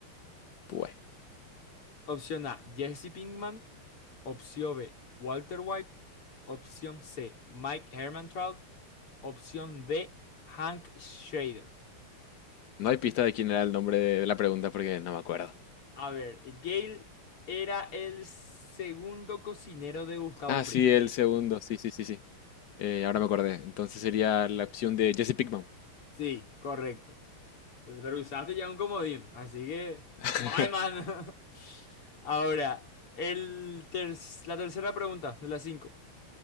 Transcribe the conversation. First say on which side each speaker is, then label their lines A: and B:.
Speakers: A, on the left; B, on the left.
A: pues.
B: Opción A, Jesse Pinkman. Opción B, Walter White. Opción C, Mike Hermantraut. Opción B, Hank Schrader.
A: No hay pista de quién era el nombre de la pregunta porque no me acuerdo.
B: A ver, Gale era el segundo cocinero de Gustavo
A: Ah,
B: Fring.
A: sí, el segundo. Sí, sí, sí, sí. Eh, ahora me acordé. Entonces sería la opción de Jesse Pinkman.
B: Sí, correcto. Pero usaste ya un comodín, así que
A: <laughs>
B: no hay más. <laughs> Ahora, el ter- la tercera pregunta de las cinco.